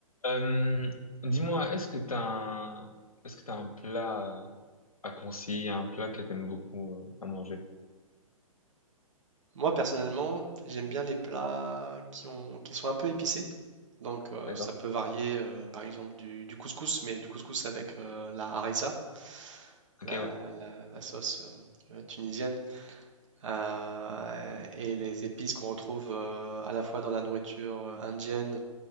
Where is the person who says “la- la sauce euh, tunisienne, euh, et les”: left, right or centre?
Right